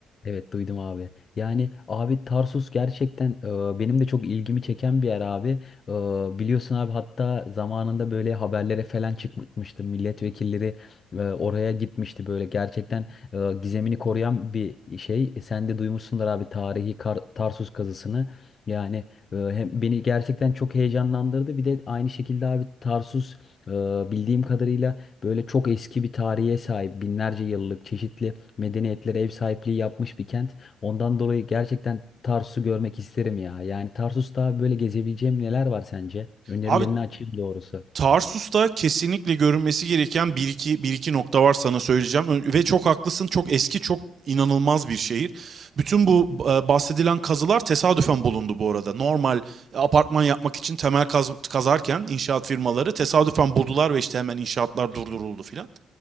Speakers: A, on the left; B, on the right.
A: Evet duydum abi. Yani abi Tarsus gerçekten e, benim de çok ilgimi çeken bir yer abi. E, biliyorsun abi hatta zamanında böyle haberlere falan çıkmıştı. Milletvekilleri e, oraya gitmişti böyle. Gerçekten e, gizemini koruyan bir şey. E, sen de duymuşsundur abi tarihi Kar- Tarsus kazısını. Yani e, hem beni gerçekten çok heyecanlandırdı. Bir de aynı şekilde abi Tarsus e, bildiğim kadarıyla böyle çok eski bir tarihe sahip. Binlerce yıllık çeşitli medeniyetlere ev sahipliği yapmış bir kent. Ondan dolayı gerçekten Tarsus'u görmek isterim ya. Yani Tarsus'ta böyle gezebileceğim neler var sence? Önerilerini
B: Abi
A: açayım doğrusu.
B: Tarsus'ta kesinlikle görünmesi gereken bir iki, bir iki nokta var sana söyleyeceğim. Ö- Ve çok haklısın çok eski çok inanılmaz bir şehir. Bütün bu e, bahsedilen kazılar tesadüfen bulundu bu arada. Normal e, apartman yapmak için temel kaz- kazarken inşaat firmaları tesadüfen buldular ve işte hemen inşaatlar durduruldu filan.